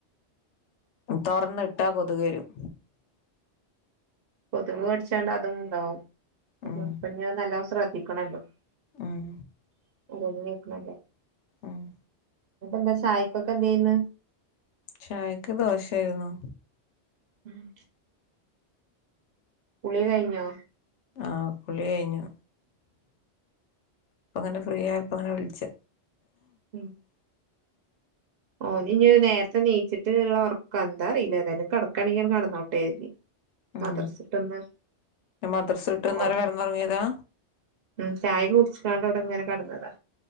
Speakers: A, on the left; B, on the right.
A: തുറന്ന് ഇട്ടാ കൊതുക് വരും
B: കൊതുക് കടിച്ചാണ്ട് അതും ഉണ്ടാവും ഇപ്പം
A: ഉം
B: നല്ല ശ്രദ്ധിക്കണല്ലോ <unintelligible>
A: ഉം ആഹ്
B: എന്നിട്ട് എന്താ ചായ്ക്കൊക്കെ എന്ത് ചെയന്ന്
A: ചായക്ക് ദോശയായിരുന്നു
B: <inaudible> കുളി കഴിഞ്ഞോ
A: ആഹ് കുളി കഴിഞ്ഞു ഇപ്പം അങ്ങനെ ഫ്രീ ആയപ്പോ അങ്ങനെ വിളിച്ച
B: ഉം ഓനി ഇനി നേരത്തെ നീച്ചിട്ട് ഉള്ള ഉറക്ക എന്താ അറിയില്ല ഏതായാലും കടക്കുകയാണെൽ കിടന്നോട്ടെേ
A: ഉം
B: മദർച്ചിട്ടോന്ന്
A: മദ്രസ വിട്ട് വന്നേരം
B: ഒർക്ക
A: കെടന്നൊറങ്ങിയതാ
B: ഉം ചായ കുടിച്ചിട്ടാ ഇവിടെ ഇങ്ങനെ കിടന്നത്